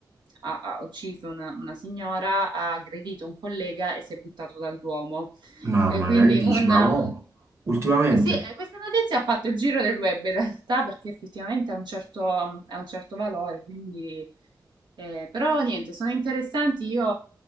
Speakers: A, on the right; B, on the right.
A: ha ucciso una, una signora, ha aggredito un collega e si è buttato dal Duomo.
B: mamma
A: E quindi
B: mia, che dici?
A: un...
B: Ma
A: eh,
B: oh, ultimamente.
A: Sì, eh, questa notizia ha fatto il giro del web in realtà perché effettivamente ha un certo, ha un certo valore, quindi... Eh, però niente, sono interessanti, io